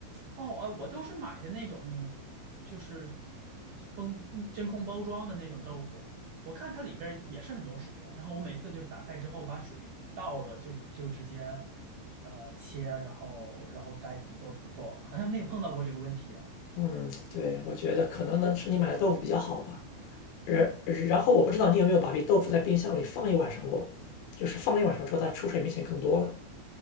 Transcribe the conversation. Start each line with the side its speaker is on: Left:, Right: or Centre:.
Right: 哦，啊，我都是买的那种，就是封嗯真空包装的那种豆腐，我看它里边儿也是很多水呀、然后我每次就是打开之后把水倒了就，就直接呃切，然后然后该怎么做怎么做，好像没有碰到过这个问题啊
Left: 嗯，对，我觉得可能呢是你买的豆腐比较好吧。然然后我不知道你有没有把这豆腐在冰箱里放一晚上过，就是放一晚上之后它出水明显更多了。